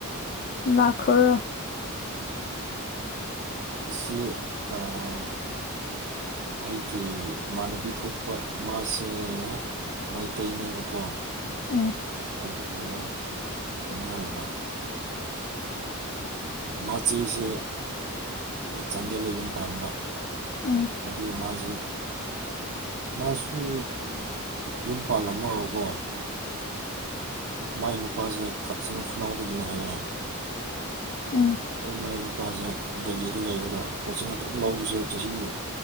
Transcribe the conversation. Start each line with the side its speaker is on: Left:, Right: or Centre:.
Left: ꯂꯈ꯭ꯔꯣ
Right: ꯑꯁꯤ ꯑꯩꯒꯤ ꯏꯃꯥꯟꯅꯕꯤ ꯊꯣꯛꯄ ꯃꯥꯁꯦ ꯃꯩꯇꯩꯅꯦꯕꯀꯣ
Left: ꯎꯝ꯫
Right: ꯑꯗꯨꯕꯨ ꯀꯩꯅꯣ ꯑꯣꯏꯕ ꯃꯆꯤꯁꯦ ꯆꯥꯟꯗꯦꯜꯗ ꯌꯨꯝ ꯄꯥꯟꯕ꯫
Left: ꯎꯝ
Right: ꯑꯗꯨ ꯃꯥꯁꯦ ꯃꯥꯁꯨ ꯌꯨꯝ ꯄꯥꯜꯂꯝꯃꯒꯀꯣ ꯃꯥꯏ ꯅꯨꯄꯥꯁꯦ ꯀꯛꯆꯤꯡ ꯈꯨꯅꯩꯗꯒꯤꯅꯦ ꯍꯥꯏꯌꯦ
Left: ꯎꯝ
Right: ꯃꯥꯏ ꯅꯨꯄꯥꯁꯦ ꯗꯂꯤ ꯂꯩꯔꯒ ꯀꯣꯆꯤꯡ ꯑꯗꯨꯝ ꯂꯧꯕꯁꯦ ꯆꯍꯤ